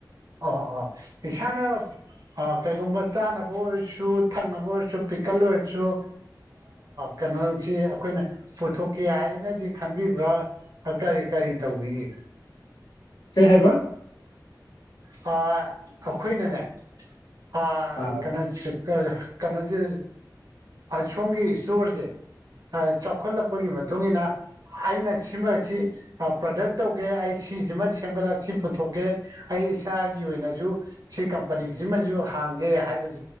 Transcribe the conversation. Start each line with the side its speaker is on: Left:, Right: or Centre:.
Right: ꯑꯣ ꯑꯣ ꯏꯁꯥꯅ ꯍ ꯀꯩꯒꯨꯝꯕ ꯆꯥꯅꯕ ꯑꯣꯏꯔꯁꯨ ꯊꯛꯅꯕ ꯑꯣꯏꯔꯁꯨ ꯄꯤꯛꯀꯜ ꯑꯣꯏꯔꯁꯨ ꯀꯩꯅꯣꯁꯤ ꯑꯩꯈꯣꯏꯅ ꯄꯨꯊꯣꯛꯀꯦ ꯍꯥꯏꯅꯗꯤ ꯈꯟꯕꯤꯕ꯭ꯔꯥ ꯍ ꯀꯔꯤ ꯀꯔꯤ ꯇꯧꯕꯤꯔꯤ
Left: ꯀꯩ ꯍꯥꯏꯕ
Right: ꯑ ꯑꯩꯈꯣꯏꯅꯅꯦ ꯑ
Left: ꯑꯥ
Right: ꯀꯩꯅꯣ ꯀꯩꯅꯣꯗꯤ ꯑꯥ ꯁꯣꯝꯒꯤ ꯏꯁꯇꯣꯔꯁꯦ ꯆꯥꯎꯈꯠꯂꯛꯄꯒꯤ ꯃꯇꯨꯡꯏꯟꯅ ꯑꯩꯅ ꯁꯤꯃꯕꯁꯤ ꯄ꯭ꯔꯗꯛ ꯇꯧꯒꯦ ꯑꯩ ꯁꯤꯖꯤꯃ ꯁꯦꯝꯒꯠꯂꯒ ꯁꯤ ꯄꯨꯊꯣꯛꯀꯦ ꯑꯩ ꯏꯁꯥꯒꯤ ꯑꯣꯏꯅꯁꯨ ꯁꯤ ꯀꯝꯄꯅꯤꯁꯤꯃꯁꯨ ꯍꯥꯡꯒꯦ ꯍꯥꯏꯕꯖꯦ